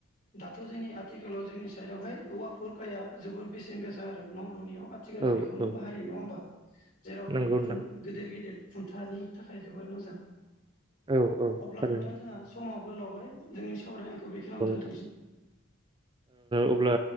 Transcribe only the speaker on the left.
दाथ' जोंनि आथिखालाव जोंनि साइदआवहाय औवा फुरखाया जोबोद बेसेन गोसा आरो न लुनायाव आथिखालाव
बेखौनो
बाहायो नंङा होमबा जेराव बिनि
खुन गेदेर गेदेर खुन्थानि थाखाय जोबोर मोजां
अब्ला
नोंथां जोंहा समाव <unintelligible> सावरायनायखौ बेखिनिवाव दोन्थ'